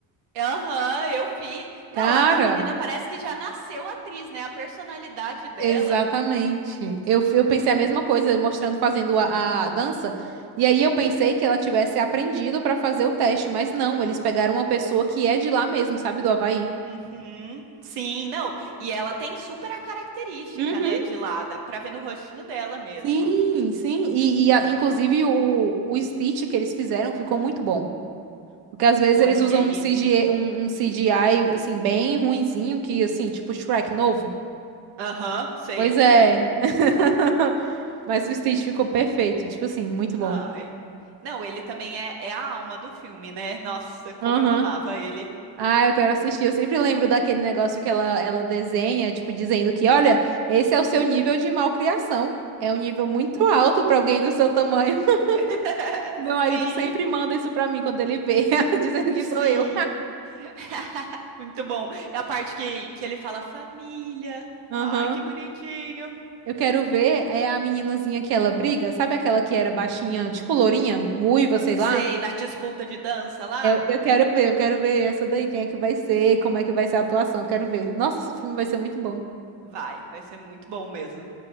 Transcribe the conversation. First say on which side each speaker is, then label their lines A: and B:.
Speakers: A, on the right; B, on the right.
A: Aham, eu vi.
B: Cara,
A: Não, a, a menina parece que já nasceu atriz, né? A personalidade dela.
B: exatamente. Eu, eu pensei a mesma coisa, mostrando fazendo a, a dança. E aí eu pensei que ela tivesse aprendido pra fazer o teste, mas não, eles pegaram uma pessoa que é de lá mesmo, sabe, do Havaí.
A: Uhum. Sim, não. E ela tem super a característica,
B: Uhum.
A: né, de lá, dá pra ver no rostinho dela mesmo.
B: Sim, sim. E, e, a- inclusive o, o Stitch que eles fizeram ficou muito bom. Porque às vezes
A: Olha
B: eles usam
A: aí.
B: um CGI, um, um CGI assim, bem ruinzinho, que assim, tipo Shrek novo.
A: Aham, sei,
B: Pois é.
A: sei.
B: <laughs> Mas o Stitch ficou perfeito. Tipo assim, muito bom.
A: Ai. Não, ele também é, é a alma do filme, né? Nossa, como
B: Aham.
A: eu amava ele.
B: Ah, eu quero assistir. Eu sempre lembro daquele negócio que ela, ela desenha, tipo, dizendo que, olha, esse é o seu nível de malcriação. É um nível muito alto pra alguém do seu tamanho. <laughs>
A: <laughs>
B: Meu marido
A: Sim,
B: sempre manda isso pra mim quando ele vê, <laughs> dizendo que
A: sim.
B: sou eu.
A: <laughs> Muito bom. É a parte que, que ele fala família.
B: Aham.
A: Ai, que bonitinho.
B: Eu quero ver é a meninazinha que ela briga, sabe aquela que era baixinha, tipo lourinha, ruiva, sei
A: Sei,
B: lá?
A: na disputa de dança lá.
B: Eu, eu quero ver, eu quero ver essa daí, quem é que vai ser, como é que vai ser a atuação, eu quero ver. Nossa, esse filme vai ser muito bom.
A: Vai, vai ser muito bom mesmo.